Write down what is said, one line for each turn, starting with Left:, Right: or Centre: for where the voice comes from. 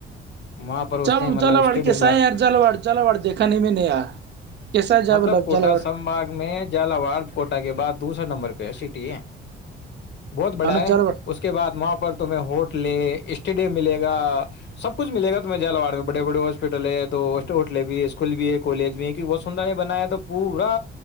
Left: وہاں پر اس
Right: ج
Left: نے مطلب
Right: جلاوڑ
Left: اسٹیڈیم
Right: کیسا
Left: لا
Right: ہے یار جالوڑ جالوڑ دیکھا نہیں میں نے یار کیسا ہے جالب
Left: مطلب کوٹا
Right: جالواڑ
Left: سمباگ میں جالاواڑ کوٹا کے بعد دوسر نمبر پہ ہے س ٹیا <unintelligible> بہت بڑا
Right: ہاں نا
Left: ہے
Right: جالواڑ
Left: اس کے بعد وہاں پر تمہیں ہوٹ اسٹیڈیم ملےا سب کچھ ملے گ تمہیں جالواڑ میں بڑے بڑے ہاسپٹل ہے تو ہوٹلے بھی ہے اسکول بھی ہے کالج بھی ہے ب س بنایا تو پورا